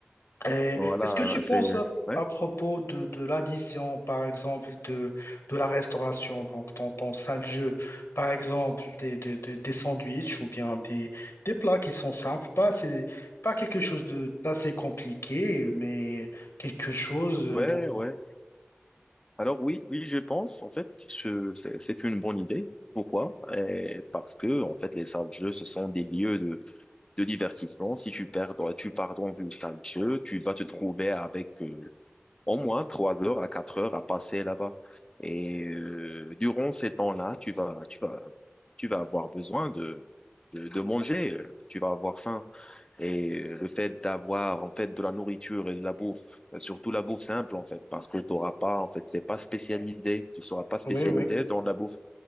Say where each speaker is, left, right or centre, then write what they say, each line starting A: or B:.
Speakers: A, on the left (about 80°); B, on the left (about 20°).
A: et
B: Voilà,
A: est-ce que tu penses
B: c'est
A: à,
B: ouais,
A: à propos de, de l'addition, par exemple, de, de la restauration, donc ton, ton sale jeu, par exemple, des, des, des, des sandwichs ou bien des, des plats qui sont simples, pas, assez- pas quelque chose de, d'assez compliqué, mais quelque chose. euh,
B: ouais,
A: donc,
B: ouais. Alors oui, oui, je pense en fait que c'est c'est une bonne idée. Pourquoi? Eh, parce que en fait, les salles de jeu, ce sont des lieux de divertissement. Si tu perds, dans- tu pars dans une salle de jeu, tu vas te trouver avec euh, au moins trois heures à quatre heures à passer là-bas. Et euh, durant ces temps-là, tu vas, tu vas, tu vas avoir besoin de, de, de manger. euh, Tu vas avoir faim. Et euh, le fait d'avoir en fait de la nourriture et de la bouffe, euh, surtout la bouffe simple en fait, parce que tu n'auras pas en fait, t'es pas spécialisé, tu seras pas spécialisé
A: oui, oui,
B: dans la bouffe.